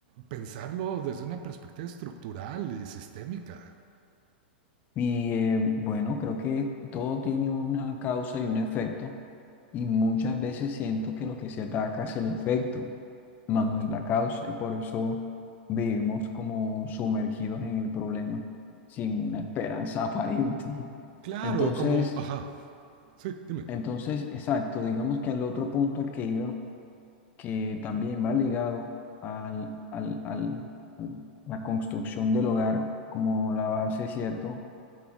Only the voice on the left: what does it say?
Y eh, bueno, creo que todo tiene una causa y un efecto, y muchas veces siento que lo que se ataca es el efecto. más no es la causa y por eso vivimos como sumergidos en el problema sin una esperanza <laughs> aparente.
Entonces,
entonces, exacto, digamos que al otro punto al que iba, que también va ligado al, al, al- al- a la construcción del hogar como la base, ¿cierto?,